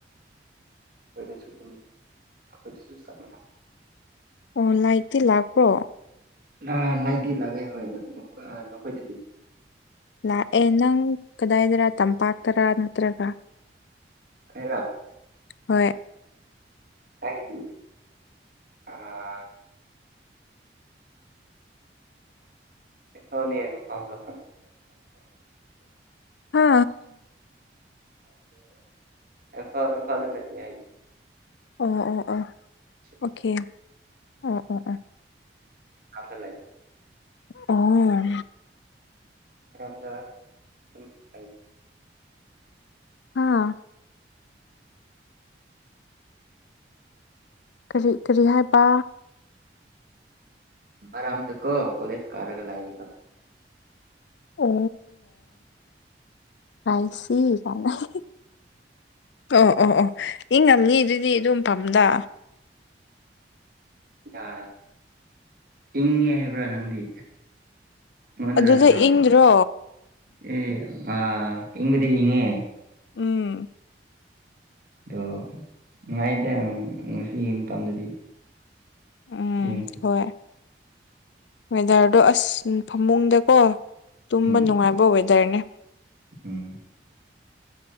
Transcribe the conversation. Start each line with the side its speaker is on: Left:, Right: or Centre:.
Right: ꯑꯩꯈꯣꯏꯗꯁꯨ ꯑꯗꯨꯝ ꯑꯩꯈꯣꯏꯗꯁꯨ ꯆꯞ ꯃꯥꯟꯅꯩ
Left: ꯑꯣ ꯂꯥꯏꯛꯇꯤ ꯂꯥꯛꯄ꯭ꯔꯣ
Right: ꯑ ꯂꯒꯦ ꯂꯥꯛꯦ ꯍꯣꯏ ꯅꯈꯣꯏꯗꯗꯤ
Left: ꯂꯥꯛꯑꯦ ꯅꯪ ꯀꯗꯥꯏꯗꯔ ꯇꯝꯄꯥꯛꯇꯔꯥ ꯅꯠꯇ꯭ꯔꯒ
Right: ꯍꯥꯏꯗ <unintelligible>
Left: ꯍꯣꯏ
Right: ꯍꯥꯏꯗꯤ ꯑꯥ <unintelligible> ꯏꯝꯐꯥꯜꯗꯣ
Left: ꯍꯥ
Right: ꯏꯐꯥ ꯏꯝꯐꯥꯜꯗ ꯅꯠꯇꯦ ꯍꯥꯏꯗꯤ
Left: ꯑꯣ ꯑꯣ ꯑꯣ
Right: ꯏꯝꯐꯥꯜꯗ
Left: ꯑꯣꯀꯦ
Right: ꯅꯠꯇꯦ
Left: ꯑꯣ ꯑꯣ ꯑꯣ
Right: ꯑꯝꯗ ꯂꯩ
Left: ꯑꯣ
Right: ꯃꯔꯝꯗ ꯑꯗꯨꯝ ꯍꯥꯏꯕꯤ
Left: ꯑꯥ ꯀꯔꯤ ꯀꯔꯤ ꯍꯥꯏꯕ
Right: ꯃꯔꯝꯗꯥꯀꯣ ꯀꯣꯂꯦꯖ ꯀꯔꯒꯥ ꯂꯩꯌꯦꯕ
Left: ꯑꯣ ꯑꯥꯏꯁꯤ <unintelligible> ꯑꯣ ꯑꯣ ꯑꯣ ꯏ ꯉꯝꯅꯤ ꯑꯗꯨꯗꯤ ꯑꯗꯨꯝ ꯄꯥꯝꯗ
Right: ꯌꯥ ꯏꯪꯉꯦ ꯍꯥꯏꯕ꯭ꯔꯥ ꯅꯪꯗꯤ ꯃꯗ
Left: ꯑꯗꯨꯗ
Right: ꯔꯟ ꯍꯥꯏ
Left: ꯏꯪꯗ꯭ꯔꯣ
Right: ꯑꯦ ꯑ ꯏꯕꯨꯗꯤ ꯏꯉꯦ
Left: ꯎꯝ
Right: ꯑꯗꯣ ꯅꯨꯡꯉꯥꯏꯗꯦ ꯉꯁꯤꯒꯤ ꯃꯇꯝꯗꯗꯤ
Left: ꯎꯝ
Right: ꯏꯪꯁꯨ
Left: ꯍꯣꯏ ꯋꯦꯗꯔꯗꯣ ꯑꯁ ꯐꯃꯨꯡꯗꯀꯣ ꯇꯨꯝꯕ
Right: ꯎꯝ
Left: ꯅꯨꯡꯉꯥꯏꯕ ꯋꯦꯗꯔꯅꯦ
Right: ꯎꯝ